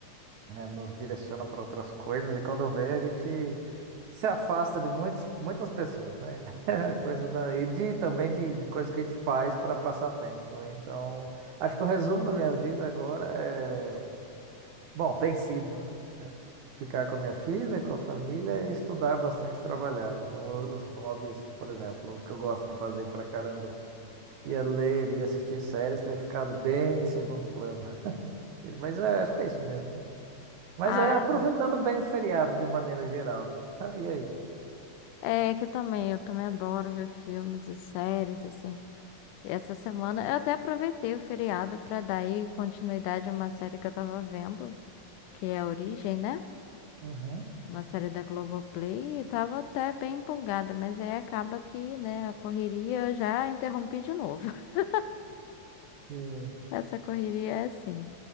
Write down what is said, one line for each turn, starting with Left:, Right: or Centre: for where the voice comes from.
Right: né, nos direcionam para outras coisas, e quando vê, a gente se afasta de muitos, muitas pessoas, né? <laughs> Então, é a coisa da, e de, também de, de coisas que a gente faz para passar tempo, né? Então, acho que o resumo da minha vida agora é, bom, tem sido, né? Ficar com a minha filha, com a família e estudar bastante, e trabalhar. O- Os hobbies, por exemplo, que eu gosto de fazer pra caramba. Ia ler, ia assistir séries, ter ficado bem em segundo plano. <laughs> Mas é, acho que é isso mesmo. Mas
Left: Ah,
Right: é aproveitando bem o feriado de maneira geral. <laughs> E aí?
Left: é que também, eu também adoro ver filmes e séries, assim. E Essa semana eu até aproveitei o feriado para dar aí continuidade a uma série que eu tava vendo, que é a Origem, né?
Right: Uhum.
Left: Uma série da Globoplay, e tava até bem empolgada, mas aí acaba que, né, a correria eu já interrompi de novo. <laughs>
Right: Sim,
Left: Essa correria é assim.